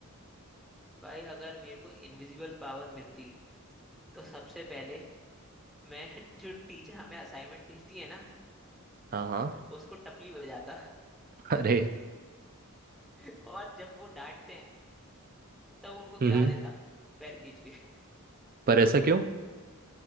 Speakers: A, in the centre; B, on the right.
A: भाई अगर मेरे को इनविजिबल पावर मिलती तो सबसे पहले मैं <laughs> जो टीचर हमें असाइनमेंट देती है ना
B: हाँ हाँ
A: उसको टपली बजाता
B: <laughs> अरे
A: <laughs> और जब वो डांटते हैं तब उनको गिरा
B: हम्म
A: देता पैर खींच के
B: पर ऐसा क्यों